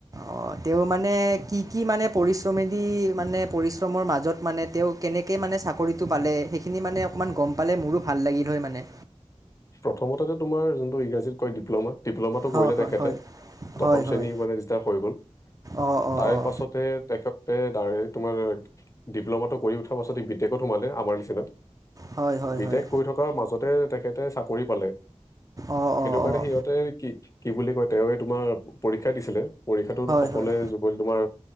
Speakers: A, on the right; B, on the left.
A: অ তেও মানে তে কি কি মানে পৰিশ্ৰমেদি মানে পৰিশ্ৰমৰ মাজত মানে তেওঁ কেনেকে মানে চাকৰিটো পালে সেইখিনি মানে অকমান গম পালে মোৰো ভাল লাগিল হয় মানে।
B: প্ৰথমতেটো, তোমাৰ যোনটো ইংৰাজীত কয় ডিপ্ল'মা। ডিপ্ল'মাটো
A: হয়
B: কৰিলে
A: হয়
B: তেখেতে
A: হয়
B: দশম
A: হয় হয়
B: শ্ৰেণীৰ মানে যেতিয়া হৈ গ'ল।
A: অঁ অঁ
B: তাৰে
A: অঁ
B: পাছতে তেখেতে ডাইৰেক্ট ডিপ্ল'মাটো কৰি উঠাৰ পাছত বি টেকত সোমালে আমাৰ নিচিনা
A: হয় হয় হয়
B: বি
A: হয়
B: টেক কৰি থকাৰ মাজতে তেখেতে চাকৰি পালে।
A: অঁ
B: সেইটো
A: অঁ
B: কাৰণে
A: অঁ
B: সিহঁতে কি কি বুলি কয় তেৱে তোমাৰ পৰীক্ষা দিছিলে। পৰীক্ষাটো সফলে
A: হয় হয়
B: যুগল তোমাৰ